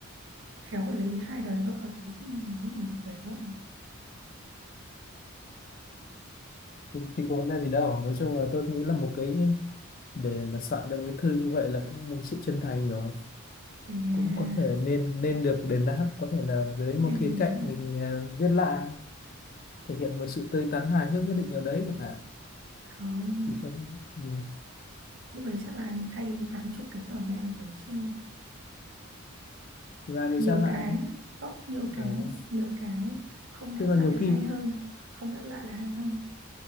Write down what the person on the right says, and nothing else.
khéo lấy hai đời vợ rồi chứ đúng là một đời vợ
yeah
đây
là
nào
à
không
lúc đấy chắc là anh thay tám chục cái Gmail rồi chứ
nhiều
cái ốc nhiều cái
nhiều cái không đáp
lại
là hay hơn không đáp lại là hay hơn